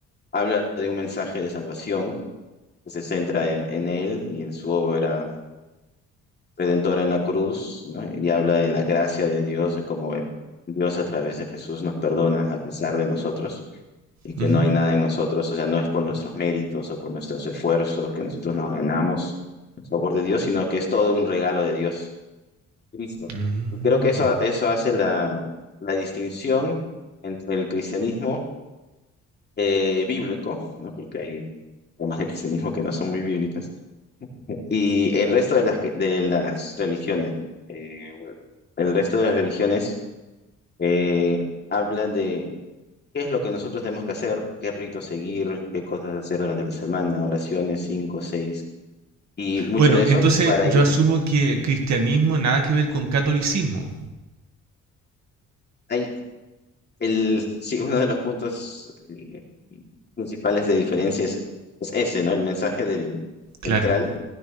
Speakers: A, on the left (about 35°); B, on the right (about 65°).
A: habla de un mensaje de salvación que se centra en, en él y en su obra redentora en la cruz, ¿no? Y habla en la gracia de Dios, de cómo Dios a través de Jesús nos perdona a pesar de nosotros. y que
B: Ujú,
A: no hay nada en nosotros, o sea, no es por nuestros méritos o por nuestros esfuerzos que nosotros nos ganamos el favor de Dios, sino que es todo un regalo de Dios. Cristo.
B: mm.
A: Y Creo que eso, eso hace la, la distinción entre el cristianismo eh, bíblico, ¿no? Porque hay formas de cristianismo que no son muy bíblicas, y el resto de las, que- de las religiones. Eh, el resto de las religiones eh, habla de ¿Qué es lo que nosotros tenemos que hacer? ¿Qué rito seguir? ¿Qué cosas hacer durante la semana? Oraciones, cinco, seis. Y mucho
B: Bueno,
A: de eso
B: entonces
A: para
B: yo
A: ir...
B: asumo que cristianismo nada que ver con catolicismo.
A: Hay el, sí, uno de los puntos eh, principales de diferencia es, es ese, ¿no? El mensaje del
B: Claro.
A: central